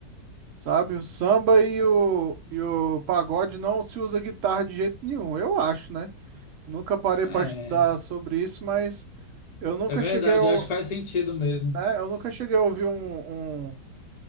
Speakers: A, on the right; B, on the left.
A: sabe? O samba e o, e o pagode não se usa guitarra de jeito nenhum, eu acho, né? Nunca parei
B: É,
A: para estudar sobre isso, mas. Eu nunca
B: é verdade,
A: cheguei ao,
B: eu acho que faz sentido mesmo.
A: É, eu nunca cheguei a ouvir um, um,